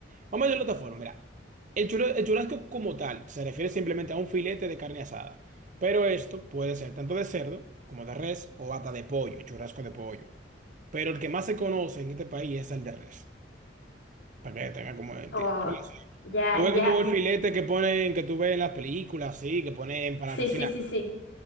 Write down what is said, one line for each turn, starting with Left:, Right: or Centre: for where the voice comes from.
Right: Vamos a verlo de otra forma, mira. El churrasco, el churrasco como tal se refiere simplemente a un filete de carne asada. Pero esto puede ser tanto de cerdo como de res o hasta de pollo, churrasco de pollo. Pero el que más se conoce en este país es el de res. Para que tenga como entienda.
Left: oh, ya,
Right: Tú
Left: ya.
Right: ves como el Mm, filete que ponen, que tú ves en las películas, sí, que ponen para
Left: Sí,
Right: cocinar.
Left: sí, sí, sí.